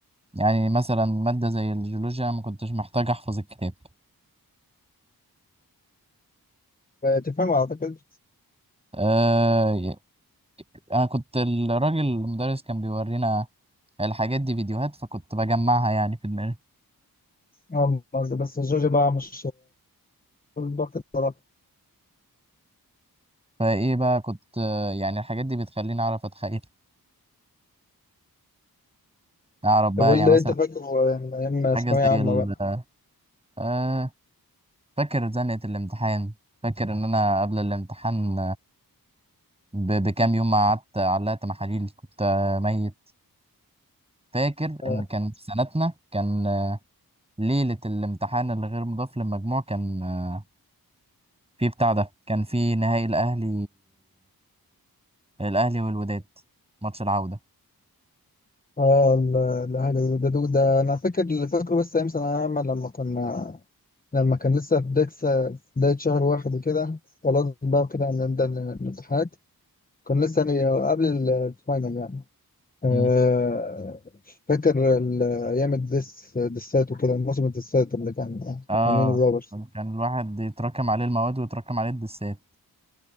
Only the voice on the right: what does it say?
يعني مثلا مادة زي الجيولوجيا أنا ما كنتش محتاج احفظ الكتاب
آه ي- انا كنت الراجل المدرس كان بيورينا الحاجات دي فيديوهات فكنت بجمعها يعني في دماغي
فايه بقى كنت آه، يعني الحاجات دي بتخليني اعرف اتخيل اعرف بقى
يعني مثلا
حاجة
زي
ال
آه فاكر زنقة الامتحان فاكر ان انا قبل الامتحان ب- بكام يوم ما قعدت علقت محاليل كنت آه، ميت فاكر ان
كان في سنتنا كان آه، ليلة الامتحان اللي غير مضاف للمجموع كان آه، في بتاع ده كان في نهائي الاهلي الاهلي والوداد ماتش العودة
مم.
اه
كان الواحد يتراكم عليه المواد ويتراكم عليه الدسات